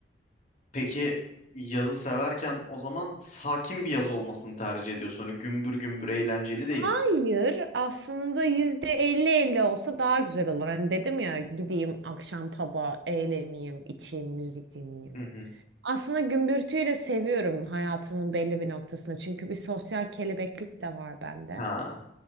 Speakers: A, on the left; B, on the right.
A: Peki yazı severken o zaman sakin bir yaz olmasını tercih ediyorsun. Öyle gümbür gümbür eğlenceli değil.
B: Hayır, aslında yüzde elli elli olsa daha güzel olur. Hani dedim ya gideyim akşam pub'a eğleneyim, içeyim, müzik dinleyeyim.
A: Hı hı.
B: Aslında gümbürtüyü de seviyorum hayatımın belli bir noktasında. Çünkü bir sosyal kelebeklik de var bende.
A: Ha,